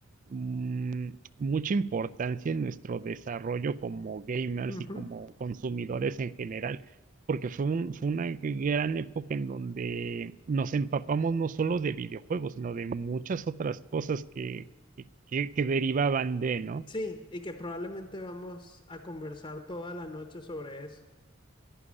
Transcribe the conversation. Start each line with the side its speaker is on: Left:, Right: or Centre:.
Right: mm, mucha importancia en nuestro desarrollo como gamers
Left: Ujú,
Right: y como consumidores en general, porque fue un- fue una gran época en donde nos empapamos no solo de videojuegos, sino de muchas otras cosas que, que, que- que derivaban de, ¿no?
Left: Sí, y que probablemente vamos a conversar toda la noche sobre eso.